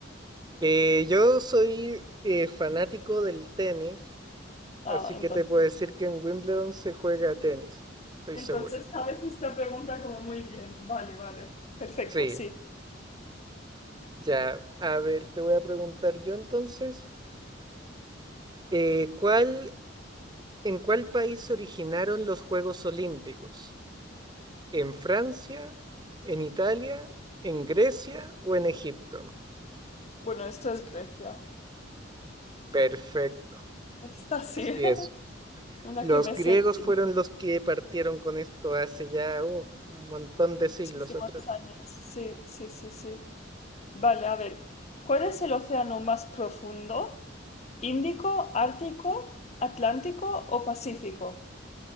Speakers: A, on the right; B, on the left.
A: Eh, yo soy eh, fanático del tenis,
B: Ah,
A: así
B: entonces.
A: que te puedo decir que en Wimbledon se juega tenis, estoy
B: Entonces,
A: seguro.
B: sabes esta pregunta como muy bien. Vale, vale. Perfecto,
A: Sí,
B: sí.
A: ya. A ver, te voy a preguntar yo entonces, eh, ¿cuál, en cuál país se originaron los Juegos Olímpicos? ¿En Francia, en Italia, en Grecia o en Egipto?
B: Bueno, esto es Grecia.
A: Perfecto,
B: Esta sí,
A: así
B: <laughs>
A: es.
B: una
A: Los
B: que me
A: griegos
B: sé de
A: fueron los que partieron con esto hace ya uf, un montón de siglos
B: muchísimos
A: atrás.
B: años. Sí, sí, sí, sí. Vale, a ver. ¿Cuál es el océano más profundo? ¿Índico, Ártico, Atlántico o Pacífico?